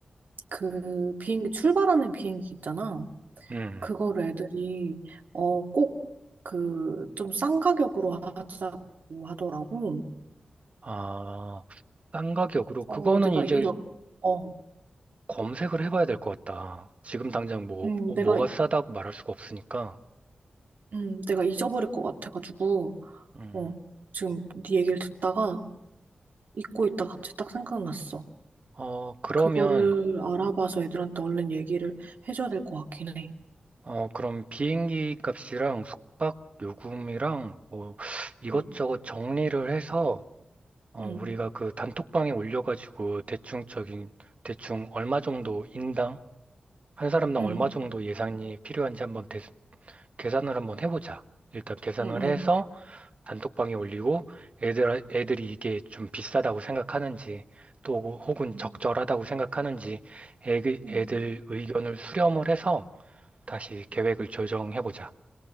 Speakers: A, on the right (about 70°); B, on the right (about 45°).
A: 그 비행기 출발하는 비행기 있잖아.
B: 음.
A: 그거를 애들이 어 꼭 그 좀 싼 가격으로 하자고 하더라고.
B: 아, 싼 가격으로 그거는
A: 어 내가
B: 이제
A: 이러 어
B: 검색을 해봐야 될 것 같다. 지금 당장 뭐
A: 음,
B: 어,
A: 내가
B: 뭐가 싸다고 말할 수가 없으니까.
A: 음, 내가 잊어버릴 것 같아가지고
B: 음.
A: 어 지금 네 얘기를 듣다가 잊고 있다 갑자기 딱 생각났어.
B: 어, 그러면
A: 그거를 알아봐서 애들한테 얼른 얘기를 해줘야 될 것 같긴 해.
B: 어, 그럼 비행기 값이랑 숙박 요금이랑 뭐 이것저것
A: 응,
B: 정리를 해서 어,
A: 응,
B: 우리가 그 단톡방에 올려가지고 대충적인 대충 얼마 정도 인당 한 사람당
A: 응,
B: 얼마 정도 예산이 필요한지 한번 대- 계산을 한번 해보자. 일단 계산을
A: 응, 응,
B: 해서 단톡방에 올리고 애들 애들이 이게 좀 비싸다고 생각하는지 또 혹은
A: 응,
B: 적절하다고 생각하는지 애기-
A: 응,
B: 애들 의견을 수렴을 해서 다시 계획을 조정해보자.